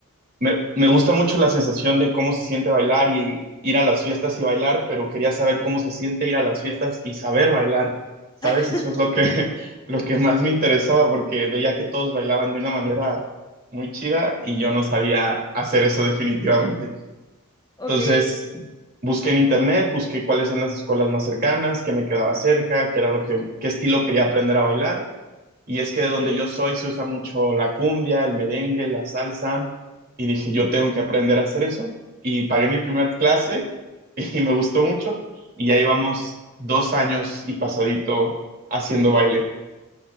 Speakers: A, on the right (about 45°); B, on the left (about 20°).
A: me, me gusta mucho la sensación de cómo se siente bailar y ir a las fiestas y bailar, pero quería saber cómo se siente ir a las fiestas y saber bailar. ¿Sabes?
B: <laughs>
A: Eso es lo que, <laughs> lo que más me interesaba porque veía que todos bailaban de una manera muy chida y yo no sabía hacer eso definitivamente.
B: Ok,
A: Entonces, busqué en internet, busqué cuáles eran las escuelas más cercanas, qué me quedaba cerca, qué era lo que, qué estilo quería aprender a bailar y es que
B: sí.
A: de donde yo soy se usa mucho la cumbia, el merengue, la salsa. Y dije, yo
B: Ujú.
A: tengo que aprender a hacer eso. Y pagué mi primer clase <laughs> y me gustó mucho. Y ya llevamos dos años y pasadito haciendo baile.